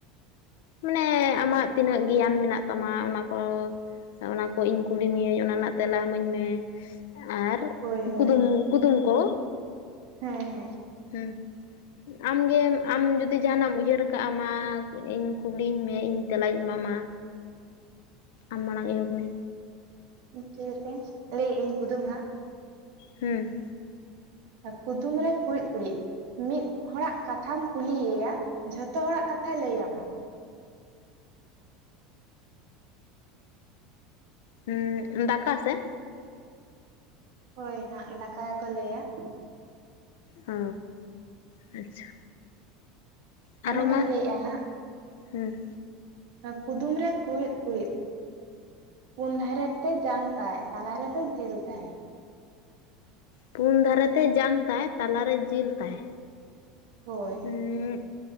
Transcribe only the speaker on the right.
ᱦᱳᱭ ᱦᱳᱭ
ᱦᱮᱸ ᱦᱮᱸ
ᱤᱱᱠᱟᱹ ᱛᱮ ᱞᱟᱹᱭ ᱟᱹᱧ ᱠᱩᱫᱩᱢ ᱦᱟᱸᱜ
ᱠᱩᱫᱩᱢ ᱨᱮ ᱠᱩᱲᱤᱫ ᱠᱩᱲᱤᱫ ᱢᱤᱫ ᱦᱚᱲᱟᱜ ᱠᱟᱛᱷᱟᱢ ᱠᱩᱞᱤᱭᱮᱭᱟ ᱡᱷᱚᱛᱚ ᱦᱚᱲᱟᱜ ᱠᱟᱛᱷᱟᱭ ᱞᱟᱹᱭ ᱟᱢᱟ
ᱦᱳᱭ ᱦᱟᱸᱜ ᱫᱟᱠᱟ ᱜᱮᱠᱚ ᱞᱟᱹᱭᱟ
ᱟᱨ ᱢᱤᱫᱴᱟᱝ
ᱤᱧ ᱞᱟᱹᱭᱮᱜᱼᱟ ᱦᱟᱸᱜ
ᱠᱩᱫᱩᱢ ᱨᱮ ᱠᱩᱲᱤᱫ ᱠᱩᱲᱤᱫ ᱯᱩᱱ ᱫᱷᱟᱨᱮ ᱛᱮ ᱡᱟᱝ ᱛᱟᱭ ᱛᱟᱞᱟ ᱨᱮᱫᱚ ᱡᱤᱞ ᱛᱟᱭ
ᱦᱳᱭ